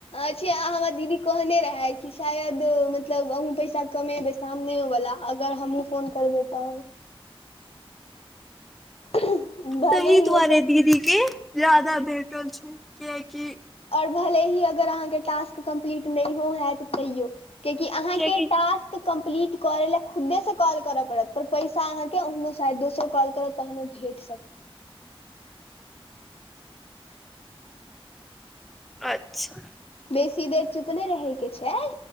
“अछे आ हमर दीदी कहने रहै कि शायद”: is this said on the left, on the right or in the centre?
Left